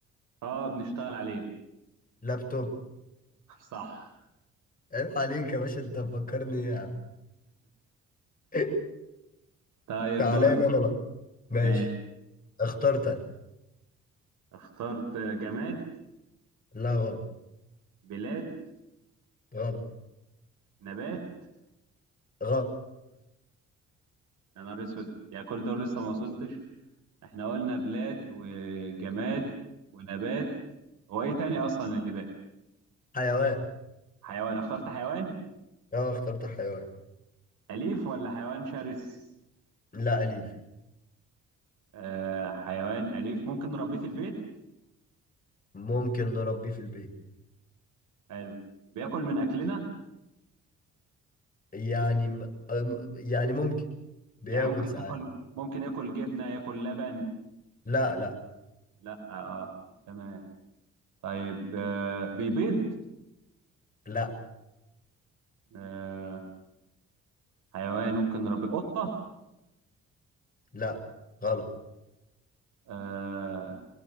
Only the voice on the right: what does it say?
اه بنشتغل عليه
<laughs> صح
طيب
دور
ماشي
اخترت جماد
بلاد
نبات
يا نهار اسود يعني كل دول لسه ما وصلتش احنا قلنا بلاد وجماد ونبات هو ايه تاني اصلا اللي باقي
حيوان اخترت حيوان
اليف ولا حيوان شرس
آه حيوان اليف ممكن نربيه في البيت
حلو بياكل من اكلنا
يعني ممكن
ياكل ممكن ياكل جبنة ياكل لبن
لا آه آه. تمام طيب آه بيبيض
آه حيوان ممكن نربيه قطة
آه